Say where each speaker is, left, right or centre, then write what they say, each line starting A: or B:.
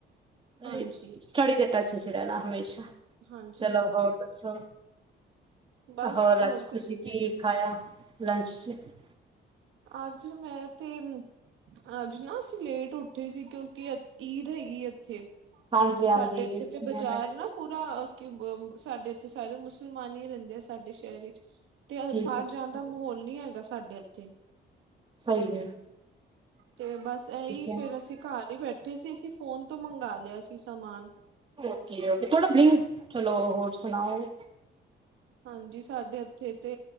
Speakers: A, on the right; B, on the right.
A: ਨਹੀ
B: ਹਾਂਜੀ,
A: ਸਟਡੀ ਦੇ ਟੱਚ ਉਹ ਦੇ ਚ ਰਹਿਣਾ ਹਮੇਸ਼ਾ
B: ਹਾਂਜੀ,
A: ਚਲੋ
B: ਹਾਂਜੀ
A: ਹੋਰ ਦੱਸੋ
B: ਬਸ
A: ਹੋਰ ਅੱਜ
B: ਕੁਛ
A: ਤੁਸੀਂ
B: ਨਹੀਂ।
A: ਕੀ ਖਾਇਆ ਲੰਚ ਚ <unintelligible>
B: ਅੱਜ ਮੈਂ ਤੇ ਅੱਜ ਨਾ ਅਸੀਂ ਲੇਟ ਉੱਠੇ ਸੀ ਕਿਉਂਕਿ ਈਦ ਹੈਗੀ ਇੱਥੇ
A: ਹਾਂਜੀ,
B: ਤੇ
A: ਹਾਂਜੀ
B: ਸਾਡੇ ਉੱਥੇ
A: ਸੁਣਿਆ
B: ਤੇ ਬਾਜ਼ਾਰ
A: ਮੈਂ ਵੀ।
B: ਨਾ ਪੂਰਾ ਕਿ ਸਾਡੇ ਇੱਥੇ ਸਾਰੇ ਮੁਸਲਮਾਨ ਹੀ ਰਹਿੰਦੇ ਆ ਸਾਡੇ ਸ਼ਹਿਰ ਵਿੱਚ ਤੇ
A: ਠੀਕ
B: ਬਾਹਰ
A: ਹੈ, ਠੀਕ
B: ਜਾਣ
A: ਹੈ,
B: ਦਾ ਮਾਹੌਲ ਨੀ ਹੈਗਾ। ਸਾਡੇ ਉੱਥੇ
A: ਸਹੀ ਹੈ।
B: ਤੇ ਬਸ ਇਹੀ
A: ਠੀਕ ਹੈ।
B: ਫੇਰ ਅਸੀਂ ਘਰ ਹੀ ਬੈਠੇ ਸੀ ਅਸੀਂ ਫੋਨ ਤੋਂ ਮੰਗਵਾ ਲਿਆ ਸੀ। ਸਮਾਨ
A: ਓਕੇ ਓਕੇ ਥੋੜਾ ਬਿੰਕ ਚਲੋ ਹੋਰ ਸੁਣਾਓ
B: ਹਾਂਜੀ ਸਾਡੇ ਇੱਥੇ ਤੇ